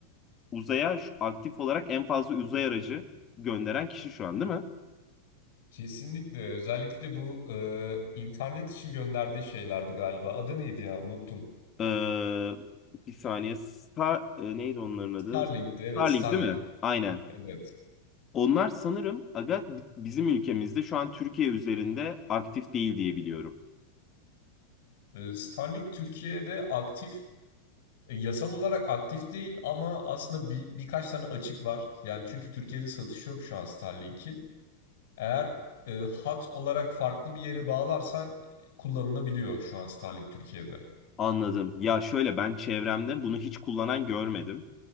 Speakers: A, on the left (about 25°); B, on the left (about 70°).
A: e, uzaya şu- aktif olarak en fazla uzay aracı gönderen kişi şu an, değil mi?
B: Kesinlikle. Özellikle bu e, internet için gönderdiği şeylerdi galiba. Adı neydi ya? Unuttum.
A: Ee, bir saniye. Star, e, neydi onların adı?
B: Starlink'ti. Evet,
A: Starlink
B: Starlink.
A: değil mi? Aynen.
B: Evet.
A: Onlar sanırım aga bizim ülkemizde şu an Türkiye üzerinde aktif değil diye biliyorum.
B: Ee, Starlink Türkiye'de aktif, e, yasal olarak aktif değil ama aslında bir, birkaç tane açık var. Yani çünkü Türkiye'de satış yok şu an Starlink'in. Eğer e, hat olarak farklı bir yere bağlarsan e, kullanılabiliyor şu an Starlink Türkiye'de.
A: Anladım. Ya şöyle ben çevremde bunu hiç kullanan görmedim.